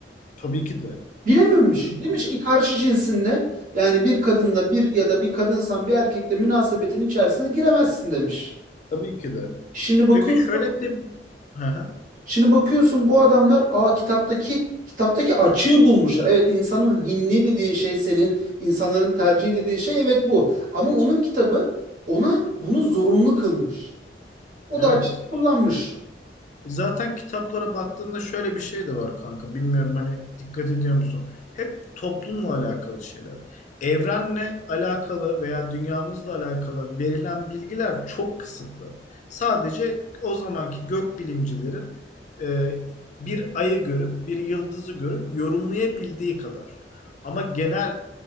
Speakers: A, on the left; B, on the right.
A: Tabii ki de.
B: Bilememiş.
A: Tabii
B: Demiş
A: ki de.
B: ki karşı cinsinle yani bir kadınla bir ya da bir kadınsan bir erkekle münasebetin içerisine giremezsin demiş.
A: Tabii ki de.
B: Şimdi bakıyorsun,
A: Ve bir şöyle bir de... Hı hı.
B: şimdi bakıyorsun bu adamlar aa kitaptaki kitaptaki açığı bulmuşlar. Evet insanın hinni dediğin şey senin insanların tercihi dediğin şey evet bu. Ama onun kitabı ona bunu zorunlu kılmış. O
A: Evet.
B: da açığı kullanmış.
A: Zaten kitaplara baktığında şöyle bir şey de var kanka. Bilmiyorum hani dikkat ediyor musun? Hep toplumla alakalı şeyler. Evrenle alakalı veya dünyamızla alakalı verilen bilgiler çok kısıtlı. Sadece o zamanki gökbilimcilerin e, bir ayı görüp bir yıldızı görüp yorumlayabildiği kadar. Ama genel